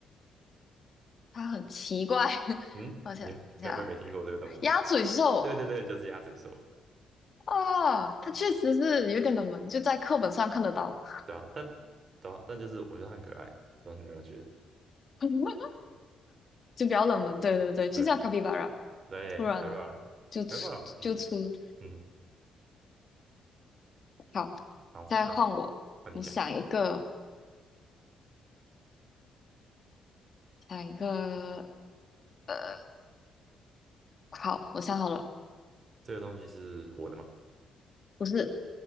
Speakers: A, on the left (about 35°); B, on the right (about 30°).
A: 它很奇怪，<laughs>
B: 嗯，
A: 我想一下啊，
B: 你该不会没听过这个动物吧？
A: 鸭嘴兽
B: 对对对，就是鸭嘴兽。
A: 啊，它确实是有点冷门，就在课本上看得到，
B: 对啊，但对啊，但就是我觉得他很可爱，不知道你有没有觉得？<laughs>
A: <laughs> 就比较冷门，对对对，就像卡皮巴拉，
B: 对对，
A: 突然
B: 开挂了，
A: 就出就出，
B: 开挂了，嗯嗯，
A: 好。
B: 好，
A: 再换我，
B: 那换你讲，
A: 你想一个，想一个，呃，好，我想好了，
B: 这个东西是活的吗？
A: 不是，